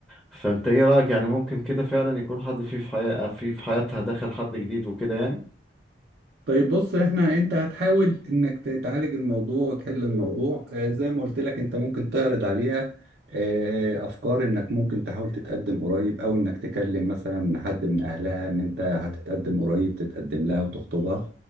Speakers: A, in the centre; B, on the right.
A: فأنت إيه رأيك يعني ممكن كده فعلا يكون حد فيه في حياة في في حياتها دخل حد جديد وكده يعني
B: طيب بص احنا انت هتحاول انك ت- تعالج الموضوع وتحل الموضوع آه، زي ما قلت لك انت ممكن تعرض عليها آه، افكار انك ممكن تحاول تتقدم قريب او انك تكلم مثلا حد من اهلها ان انت هتتقدم قريب تتقدم لها وتخطبها